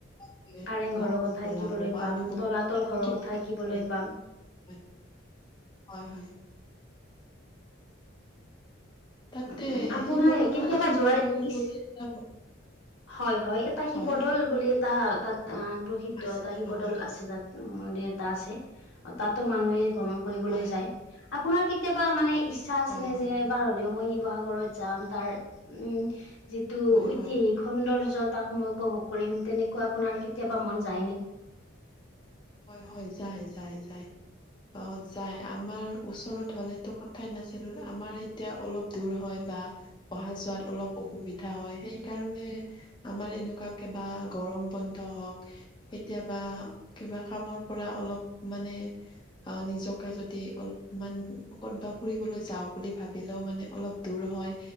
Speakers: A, on the left; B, on the left.
A: হয়,
B: কাৰেং ঘৰৰ
A: লাভ
B: কথা
A: হ'ব
B: শিকিবলৈ
A: লাভ হ'ব
B: পাম,
A: আমি বহুত
B: তলাতল
A: কথা শিকিব
B: ঘৰৰ কথা
A: পাৰিম
B: শিকিবলৈ
A: তাৰে পৰা।
B: পাম।
A: হয়, হয়, হয়। তাতে
B: উম আপোনাৰ
A: শিৱসাগৰ,
B: কেতিয়াবা
A: শিৱদৌল
B: যোৱাৰ ইচ্ছা
A: বুলি <unintelligible>
B: হয়, হয়, এটা শিৱদৌল
A: হয়
B: বুলি এটা তাত প্ৰসিদ্ধ
A: আছে
B: এটা শিৱদৌল
A: হয়
B: আছে তাত। মন্দিৰ এটা আছে, তাতো মানুহে ভ্ৰমণ কৰিবলৈ
A: হয়
B: যায়। আপোনাৰ কেতিয়াবা মানে ইচ্ছা আছেনে
A: হয় হয়
B: যে, এবাৰ হ'লেও মই শিৱসাগৰত যাম, তাৰ উম যিটো
A: হয়
B: ঐতিহাসিক
A: হয় হয়
B: সৌন্দৰ্য, তাক মই উপভোগ কৰিম, তেনেকুৱা আপোনাৰ কেতিয়াবা মন যায় নে?
A: হয়, হয়, যায়, যায়, যায়। অ, যায়। আমাৰ ওচৰ ফালেটো কথাই নাছিল না, আমাৰ এতিয়া অলপ দূৰ হয় বা অহা-যোৱাত অলপ অসুবিধা হয়, সেইকাৰণে আমাৰ এনেকুৱা কিবা গৰম বন্ধ হওক, কেতিয়াবা কিবা কামৰ পৰা অলপ মানে অ, নিজকে যদি অলপমান ক'তবা ফুৰিবলৈ যাওঁ বুলি ভাবিলেও মানে অলপ দূৰ হয়,